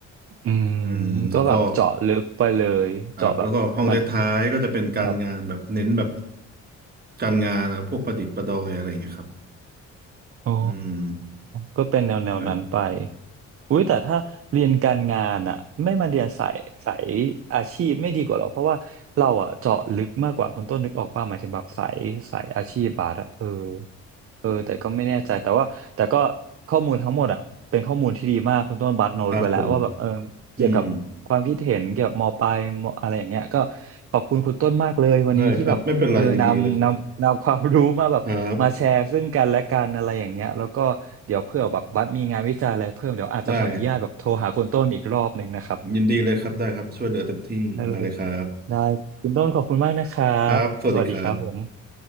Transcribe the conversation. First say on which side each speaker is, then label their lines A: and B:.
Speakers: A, on the right (about 50°); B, on the right (about 30°).
A: อืม
B: อืมแล้วก็
A: ก็แบบเจาะลึกไปเลยเจาะแบบมัน
B: ครับแล้วก็ห้องเดดท้ายก็จะเป็นการงานแบบเน้นแบบ
A: ครับ
B: การงานนะพวกประดิษฐ์ประดอยอะไรอย่างเงี้ยครับ
A: อ๋อ
B: อืม
A: ก็เป็นแนวแนวนั้นไป
B: ใช่
A: อุ้ยแต่ถ้าเรียนการงานอะไม่มาเรียนสายสายอาชีพไม่ดีกว่าหรอเพราะว่าเราอะเจาะลึกมากกว่าคุณต้นนึกออกป่ะหมายถึงแบบสายสายอาชีพบาสอะเออ เออแต่ก็ไม่แน่ใจแต่ว่าแต่ก็ข้อมูลทั้งหมดอ่ะเป็นข้อมูลที่ดีมากคุณต้นบัตโนดไว้แล้วว่าแบบเออเกี่ยวกับความคิดเห็นเกี่ยวกับมปลายมอะไรอย่างเงี้ยก็
B: ครับผมอืม
A: ขอบคุณคุณต้นมากเลยวันนี้ที่แบบเออนำนำนำความรู้มาแบบมาแชร์ซึ่งกันและกันอะไรอย่างเงี้ยแล้วก็เดี๋ยวเพื่อแบบบัตมีงานวิจัยอะไรเพิ่มเดี๋ยวอาจจะขออนุญาตแบบโทรหาคุณต้นอีกรอบหนึ่งนะครับ
B: ได้ครับไม่เป็นไรยินดีเลยครับครับ ได้ยินดีเลยครับได้ครับช่วยเหลือเต็มที่มาเลยครับ
A: ได้เลยได้คุณต้นขอบคุณมากนะครับสวัสดีครับผม
B: ครับสวัสดีครับ